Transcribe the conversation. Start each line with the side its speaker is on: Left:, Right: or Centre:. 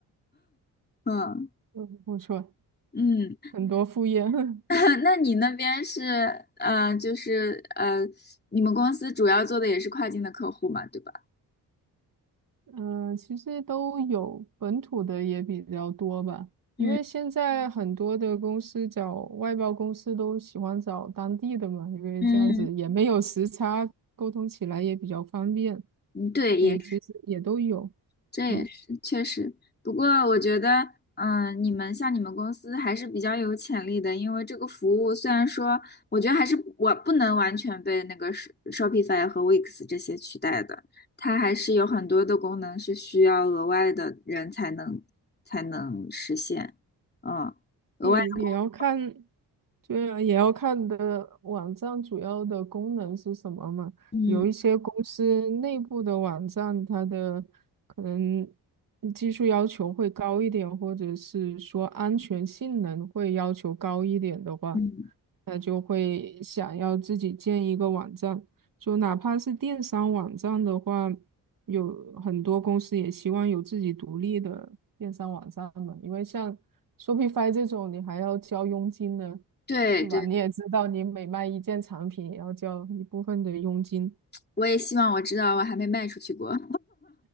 Left: <laughs> 嗯
Right: 嗯，不错，
Left: 嗯。
Right: 很多副业。<laughs>
Left: <laughs> 那你那边是，呃，就是呃，你们公司主要做的也是跨境的客户嘛，对吧？
Right: 嗯，其实都有，本土的也比较多吧。因为现在很多的公司找外包公司都喜欢找当地的嘛，
Left: 嗯
Right: 因为这样子也没有时差，
Left: 嗯
Right: 沟通起来也比较方便，
Left: 嗯对，
Right: 所以其实也都有。
Left: 也这也是确实。
Right: 嗯。
Left: 不过我觉得，嗯、你们像你们公司还是比较有潜力的，因为这个服务虽然说，我觉得还是我不能完全被那个 Sh- Shopify 和 Wix 这些取代的，它还是有很多的功能是需要额外的人才能才能实现，嗯。额外。
Right: 对，
Left: 的，
Right: 也要看，对啊，也要看的网站主要的功能是什么嘛。
Left: 嗯。
Right: 有一些公司内部的网站，它的可能技术要求会高一点，或者是说安全性能会要求高一点的话，
Left: 嗯，
Right: 那就会想要自己建一个网站。就哪怕是电商网站的话，有很多公司也希望有自己独立的电商网站嘛，因为像。Shopify 这种你还要交佣金呢，
Left: 对对，
Right: 是吧？你也知道，你每卖一件产品也要交一部分的佣金。
Left: 我也希望我知道，我还没卖出去过，